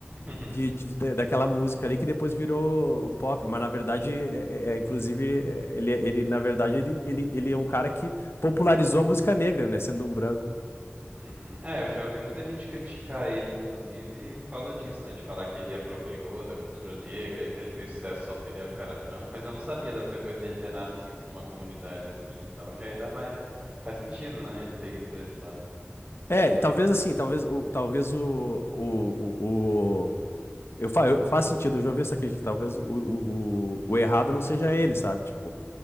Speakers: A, on the right (about 25°); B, on the left (about 65°).
A: <laughs>
B: de, de- da- daquela música ali que depois virou o pop, mas na verdade é, é- é, inclusive é, ele, ele na verdade ele, ele, ele é um cara que popularizou a música negra, né, sendo um branco.
A: Uhum. É, eu já ouvi muita gente criticar ele, inclusive, por causa disso, né? De falar que ele apropriou da cultura negra e que ele fez sucesso só porque ele era o cara branco. Mas eu não sabia dessa coisa dele ter nascido numa comunidade assim e tal, que aí dá mais. Faz sentido, né? Ele ter ido pra esse lado.
B: É, e talvez assim, talvez o, talvez o, o, o, Eu, fa eu- faz sentido, eu já ouvi essa crítica. Talvez o, o, o, o errado não seja ele, sabe? Tipo,